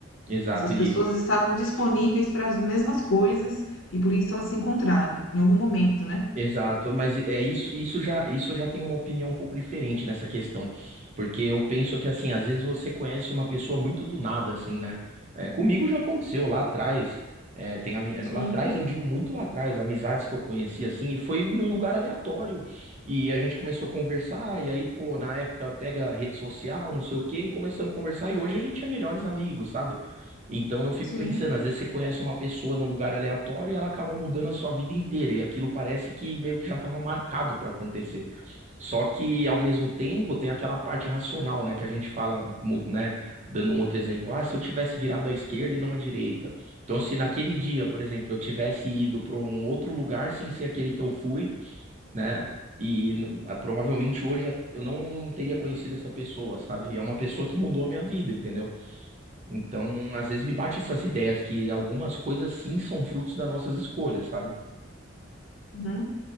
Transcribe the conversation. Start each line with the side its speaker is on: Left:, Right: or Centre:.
Right: exato.
Left: Essas
Right: E
Left: pessoas estavam disponíveis para as mesmas coisas e por isso elas se encontraram em algum momento, né?
Right: Exato, mas é isso, isso já, isso já tem uma opinião um pouco diferente nessa questão, porque eu penso que assim, às vezes você conhece uma pessoa muito do nada, assim, né? É, comigo já aconteceu lá atrás, é, tem ami-
Left: Sim,
Right: lá atrás eu digo muito lá atrás, amizades que eu conheci assim, e foi num lugar aleatório e a gente começou a conversar e aí pô, na época pega rede social, não sei o quê, e começamos a conversar e hoje a gente é melhores amigos, sabe? Então eu fico
Left: sim.
Right: pensando, às vezes você conhece uma pessoa num lugar aleatório e ela acaba mudando a sua vida inteira, e aquilo parece que meio que já estava marcado para acontecer. Só que ao mesmo tempo tem aquela parte racional, né, que a gente fala, mu- né, dando um outro exemplo, ah, se eu tivesse virado à esquerda e não à direita. Então se naquele dia, por exemplo, eu tivesse ido para um outro lugar sem ser aquele que eu fui, né, E n- ah, provavelmente hoje eu eu não teria conhecido essa pessoa, sabe? E é uma pessoa que mudou a minha vida, entendeu? Então, às vezes
Left: E-
Right: me bate essas ideias que algumas coisas sim são frutos das nossas escolhas, sabe?
Left: Uhum.